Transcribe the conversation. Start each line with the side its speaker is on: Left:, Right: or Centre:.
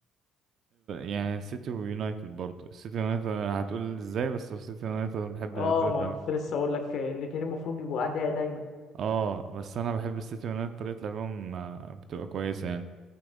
Right: يعني السيتي ويونايتد برضو السيتي ويونايتد هتقول ازاي بس السيتي ويونايتد أنا بحب
Left: اه
Right: الاتليت
Left: ما كنت لسه اقول لك آه، الاتنين المفروض بيبقوا اعداء دايما
Right: اه بس انا بحب السيتي يونايتد طريقه لعبهم آه، بتبقى كويسه يعني